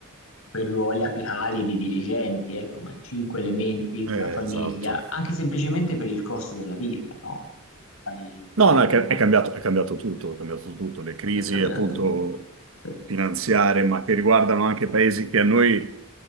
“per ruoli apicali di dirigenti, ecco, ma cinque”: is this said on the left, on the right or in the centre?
Left